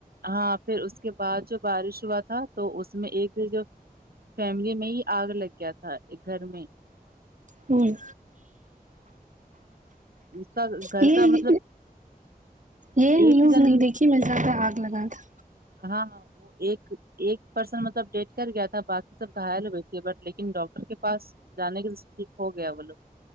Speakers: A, on the right; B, on the right.
A: ہاں پھر اس کے بعد جو بارش ہوا تھا تو اس میں ایک جو فیملی میں ہی آگ لگ گیا تھا ایک گھر میں
B: ہوں
A: اس کا گھر
B: یہ
A: کا مطلب
B: یہ
A: ایک
B: نیوز
A: جن
B: نہیں دیکھی میں جہاں پے آگ لگا تھا
A: ہاں ہاں وہ ایک ایک پرسن مطلب ڈیٹ کر گیا تھا باقی سب گھائل ہو گئی تھے بٹ لیکن ڈاکٹر کے پاس جانے کے ٹھیک ہو گیا بولو